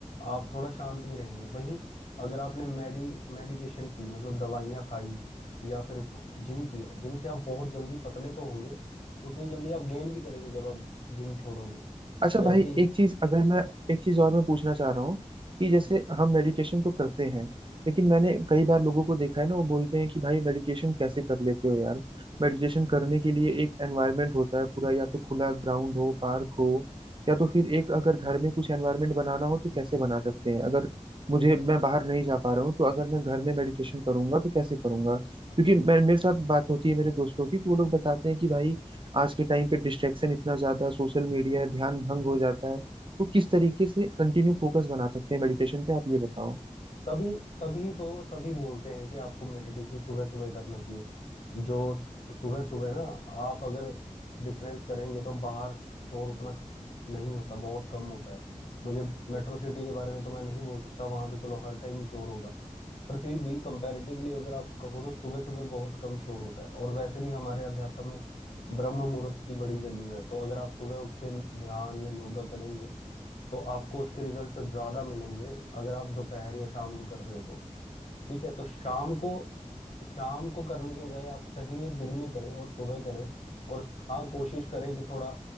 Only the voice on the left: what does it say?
आप थोड़ा शांत भी रहेंगे वहीं अगर आपने मेडी मेडिकेशन की मतलब दवाइयाँ खाई या फिर जिम किया जिम से आप बहुत जल्दी पतले तो होंगे उतनी जल्दी आप गेन भी करेंगे जब आप जिम छोड़ोगे
वैसे
ही
तभी तभी तो सभी बोलते हैं कि आपको मेडिटेशन सुबह सुबह करना चाहिए जो सुबह सुबह ना आप अगर डिफरेंस करेंगे तो बाहर शोर उतना नहीं होता बहुत कम होता है मुझे मेट्रो सिटी के बारे में तो मैं नहीं बोल सकता वहां तो चलो हर टाइम ही शोर होगा पर फिर भी कंपैरेटिवली अगर आप कहो तो सुबह सुबह बहुत कम शोर होता है और वैसे भी हमारे अध्यात्म में ब्रह्म मुहूर्त की बड़ी वैल्यू है तो अगर आप सुबह उठ के ध्यान या योगा करेंगे तो आपको उसके रिजल्ट तो ज्यादा मिलेंगे अगर आप दोपहर या शाम को कर रहे हो तो ठीक है तो शाम को शाम को करने की बजाय आप सही में दिन में करें और सुबह करें और हाँ कोशिश करें कि थोड़ा